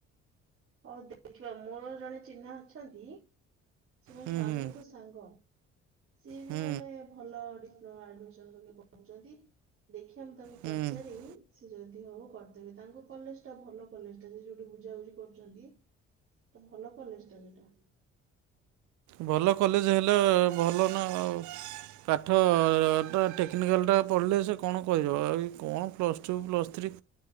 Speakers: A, on the right (about 40°); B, on the right (about 55°).
A: ହଉ ଦେଖିବା ମୋର ଜଣେ ଚିହ୍ନା ଅଛନ୍ତି, ସେ ମୋ
B: ହୁଁ
A: ସ୍ଵାମୀଙ୍କ
B: ହୁଁ
A: ସାଙ୍ଗ। ସିଏ ବି
B: ହୁଁ
A: ମାନେ ଭଲ ଡିପ୍ଲୋମା ଆଡମିସନ କରିକି ପଢଉଛନ୍ତି। ଦେଖିବା ମୁଁ ତାଙ୍କୁ
B: ହୁଁ
A: ପଚାରି ଯଦି ହବ କରିଦେବେ ତାଙ୍କ କଲେଜ୍ ଟା ଭଲ କଲେଜଟା, ସେ ଯୋଉଠି ବୁଝାବୁଝି କରୁଛନ୍ତି, ତ ଭଲ କଲେଜ ଟା ସେଟା।
B: ଭଲ କଲେଜ ହେଲେ ଭଲ ନା ଆଉ। ପାଠ ଟା ଟେକ୍ନିକାଲଟା ପଢ଼ିଲେ ସେ କଣ କହିବ। ଆଉ ଇଏ କଣ ପ୍ଲସ୍ ଟୁ ପ୍ଲସ୍ ଥ୍ରୀ